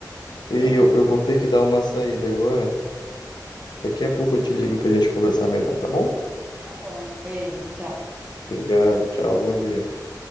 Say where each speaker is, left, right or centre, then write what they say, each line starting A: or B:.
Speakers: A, on the left; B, on the right.
A: E
B: É,
A: eu, eu vou ter que dar uma saída agora. Daqui a pouco eu te ligo pra gente conversar melhor, tá bom?
B: tá bom, beijo, tchau.
A: Obrigado, tchau, bom dia.